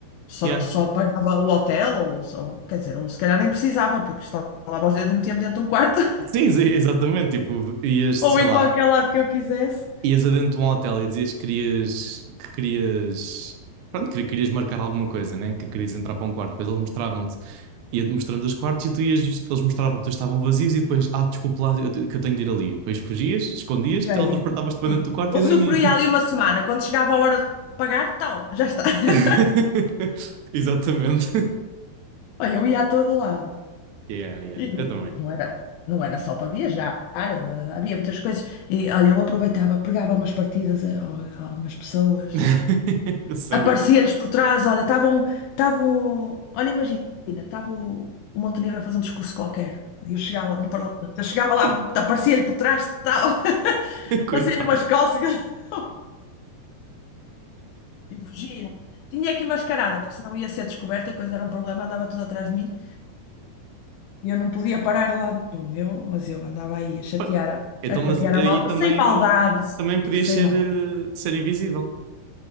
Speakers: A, on the left; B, on the right.
A: só,
B: Yeah.
A: só pagava o hotel, ou, ou quer dizer, ou se calhar nem precisava, porque estalava os dedos e metia-me dentro de um quarto <laughs>
B: Sim, sim, exatamente. Tipo, ias, sei
A: ou em
B: lá,
A: qualquer lado que eu quisesse.
B: ias adentro de um hotel e dizias que querias, que querias, pronto, que querias marcar alguma coisa, né? Que querias entrar para um quarto. Depois eles mostravam-te, ia-te mostrando os quartos e tu ias, eles mostravam que estavam vazios e depois, ah, desculpa lá, eu te- que eu tenho de ir ali. Depois fugias, escondias,
A: Já
B: teletransportavas-te
A: ia.
B: para
A: Sim.
B: dentro do quarto
A: Usufruía
B: e dormias.
A: ali uma semana. Quando chegava a hora de pagar, tal, já está. <laughs>
B: <laughs> Exatamente.
A: Olha, eu ia a todo lado.
B: Yeah, yeah.
A: E não,
B: Eu também.
A: e não era, não era só para viajar, eh, havia muitas coisas. E olha, eu aproveitava, pegava umas partidas a, a algumas pessoas.
B: <laughs> Sério.
A: Aparecia-lhes por trás, olha, estavam, estavam, olha, imagina, estava o, o Montenegro a fazer um discurso qualquer. E Eu chegava no Parlamento, eu chegava lá,
B: <laughs>
A: aparecia-lhe por trás, tal, <laughs>
B: Coitado.
A: fazia-lhe umas cócegas. <laughs> E fugia. Tinha aqui mascarada, porque senão ia ser descoberta e depois era um problema, andava tudo atrás de mim e eu não podia parar a lado nenhum. Eu, mas eu andava aí a chatear
B: Olha, Então,
A: a, a
B: mas
A: chatear
B: aí
A: a malta
B: também,
A: sem maldade,
B: também podias
A: sem
B: ser,
A: mal.
B: eh, ser invisível.